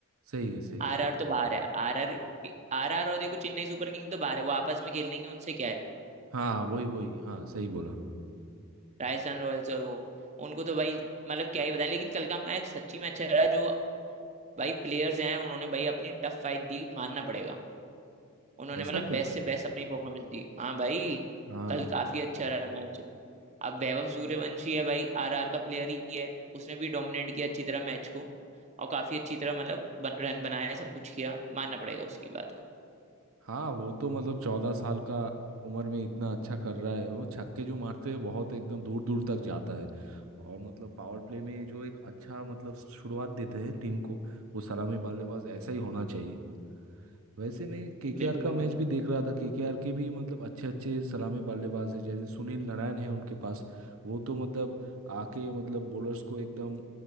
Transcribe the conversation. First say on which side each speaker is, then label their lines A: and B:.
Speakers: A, on the right; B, on the right.
A: सही है सही है
B: आरआर तो बाहर है आरआर आरआर और देखो चेन्नई सुपर किंग तो बाहर है वो आपस में खेल लेंगे उनसे क्या है
A: हाँ हाँ, वही वही हाँ सही बोला
B: राजस्थान रॉयल्स और वो उनको तो भाई मतलब क्या ही बताएं लेकिन कल का मैच सच्ची में अच्छा रहा जो भाई प्लेयर्स हैं उन्होंने भाई अपनी टफ फाइट दी मानना पड़ेगा उन्होंने
A: ऐसा
B: मतलब
A: क्या
B: बेस्ट
A: होता
B: से बेस्ट अपनी परफॉर्मेंस दी हाँ भाई
A: है? हाँ
B: कल काफी अच्छा रहा मैच अब वैभव सूर्यवंशी है भाई आरआर का प्लेयर ही है उसने भी डोमिनेट किया अच्छी तरह मैच को और काफी अच्छी तरह मतलब रन बनाया सब कुछ किया मानना पड़ेगा उसकी बात को
A: हाँ वो तो मतलब चौदह साल का उम्र में इतना अच्छा कर रहा है वो छक्के जो मारते हैं बहुत एकदम दूर दूर तक जाता है और मतलब पावर प्ले में जो एक अच्छा मतलब शुरुआत देते हैं टीम को वो सलामी बल्लेबाज ऐसा ही होना चाहिए वैसे मैं केकेआर
B: बिल्कुल
A: का मैच
B: बिल्कुल
A: भी देख रहा था केकेआर के भी मतलब अच्छे अच्छे सलामी बल्लेबाज है जैसे सुनील नारायण है उनके पास वो तो मतलब आके मतलब बॉलर्स को एकदम